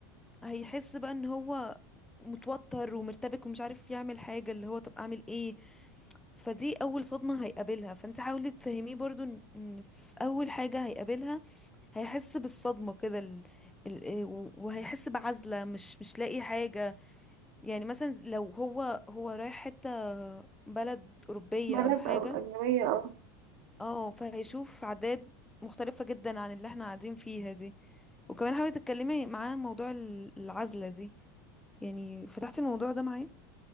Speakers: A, in the centre; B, on the right.
A: هيحس بقى ان هو متوتر ومرتبك ومش عارف يعمل حاجة اللي هو طب اعمل ايه فدي اول صدمة هيقابلها فانت حاولي تفهميه برضو ان إن في اول حاجة هيقابلها هيحس بالصدمة كده ال... ال... إيه، و- وهيحس بعزلة مش مش لاقي حاجة يعني مثلا لو هو هو رايح حتة بلد أوروبية
B: بلد
A: أو حاجة
B: او اجنبية اه
A: اه فهيشوف عادات مختلفة جدا عن اللي احنا قاعدين فيها دي وكمان حاولي تتكلمي معاه عن موضوع ال- العزلة دي يعني فتحتي الموضوع ده معاه